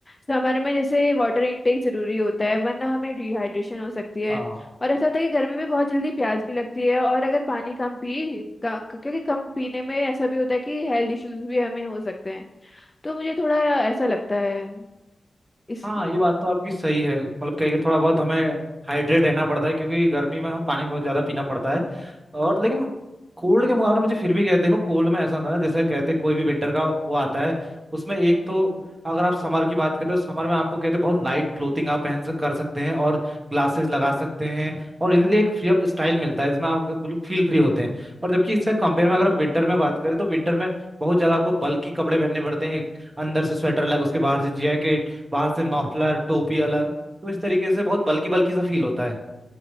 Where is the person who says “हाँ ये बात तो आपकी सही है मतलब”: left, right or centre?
Right